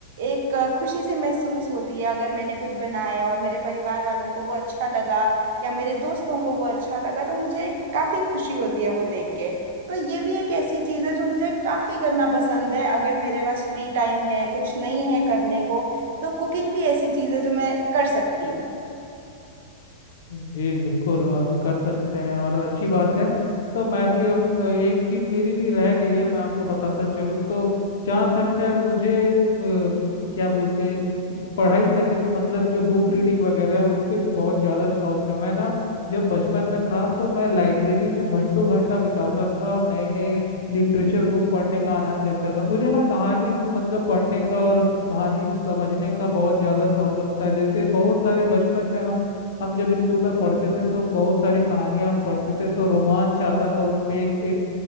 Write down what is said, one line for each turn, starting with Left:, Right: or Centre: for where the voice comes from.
Right: एक अ, खुशी सी महसूस होती है अगर मैंने कुछ बनाया और मेरे परिवार वालों को वो अच्छा लगा या मेरे दोस्तों को वो अच्छा लगा तो मुझे काफ़ी खुशी होती है वो देख के तो ये भी एक ऐसी चीज़ है जो मुझे काफ़ी करना पसंद है अगर मेरे पास फ्री टाइम है कुछ नहीं है करने को तो कुकिंग भी ऐसी चीज़ है जो मैं कर सकती हूँ
Left: जी बिल्कुल आप कर सकते हैं और अच्छी बात है तो मैं भी अब अ, एक चीज मेरी भी रह गई है मैं आपको बताता चलूँ तो जहाँ तक है मुझे अ, क्या बोलते हैं इस पढ़ाई करने का मतलब जो बुक रीडिंग वगैरह है उसके भी बहुत ज़्यादा शौक है मैं ना जब बचपन में था तो मैं लाइब्रेरी में घंटों घंटा बिताता था और नए नए लिटरेचर बुक पढ़ने का आनंद लेता था मुझे ना कहानी मतलब पढ़ने का और कहानी समझने का बहुत ज़्यादा शौक लगता है जैसे बहुत सारे बचपन में हम हम जब स्कूल में पढ़ते थे तो बहुत सारी कहानियां हम पढ़ते थे तो रोमांच आता था उस पे एक